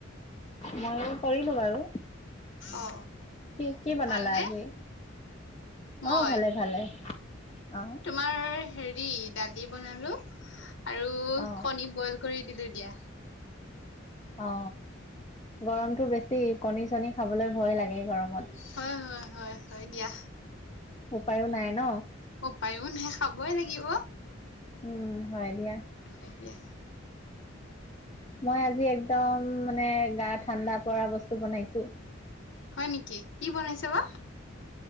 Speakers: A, on the left; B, on the left.
A: ময়ো কৰিলো বাৰু
B: অ
A: কি কি বনালা
B: ভালনে
A: আজি
B: মই
A: অ ভালে ভালে অ
B: তোমাৰ হেৰি দালি বনালো আৰু
A: অ
B: কণী বইল কৰি দিলো দিয়া
A: অ গৰমটো বেছি কণী চনি খাবলৈ ভয় লাগে এই গৰমত
B: হয় হয় হয় হয় দিয়া
A: উপায়ো নাই ন
B: অ উপায়ো নাই খাবই লাগিব
A: উম হয় দিয়া
B: হয় দিয়া
A: মই আজি একদম মানে গা ঠাণ্ডা পৰা বস্তু বনাইছো
B: হয় নেকি কি বনাইছে বা